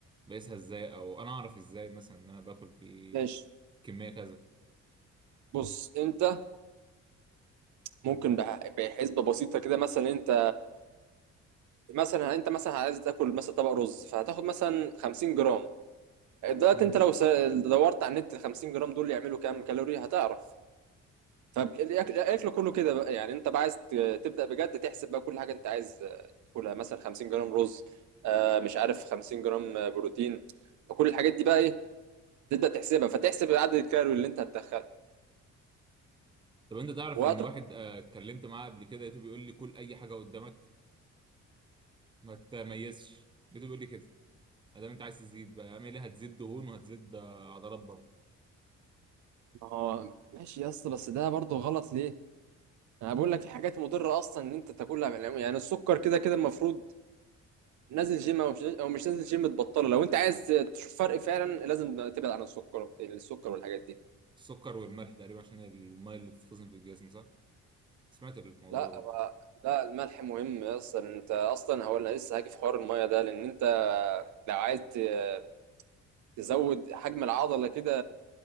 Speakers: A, on the right (about 15°); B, on the right (about 70°).
A: بقيسها ازاي او انا اعرف ازاي مثلا ان انا باكل ايه
B: ماشي
A: كميه كذا
B: بص انت ممكن بح- بحسبه بسيطه كده مثلا انت مثلا انت مثلا عايز تاكل مثلا طبق رز فهتاخد مثلا 50 جرام دلوقتي
A: امم
B: انت لو س- دورت على النت ال 50 جرام دول يعملوا كام كالوري هتعرف فالاكل كله كده بقى يعني انت بقى عايز ت- تبدا بجد تحسب بقى كل حاجه انت عايز آه، تاكلها مثلا 50 جرام رز آه، مش عارف 50 جرام آه، بروتين فكل الحاجات دي بقى ايه تبدا تحسبها فتحسب عدد الكالوري اللي انت هتدخلها
A: طب انت تعرف
B: وهتروح
A: ان واحد آه، اتكلمت معاه قبل كده لقيته بيقول لي كل اي حاجه قدامك ما تميزش لقيته بيقول لي كده ما دام انت عايز تزيد بقى اعمل ايه هتزيد دهون وهتزيد آه، عضلات برضه
B: ما هو ماشي يا اسطى بس ده برضه غلط ليه؟ انا بقول لك في حاجات مضره اصلا ان انت تاكلها يعني السكر كده كده المفروض نازل جيم او مش او مش نازل جيم تبطله لو انت عايز تشوف فرق فعلا لازم تبعد عن السكر السكر والحاجات دي
A: السكر والملح تقريبا عشان هي الميه اللي بتتخزن في الجسم صح سمعت الموضوع
B: لا
A: ده برضه
B: بقى لا الملح مهم اصلا انت اصلا هو انا لسه هاجي في حوار الميه ده لان انت لو عايز ت- تزود حجم العضله كده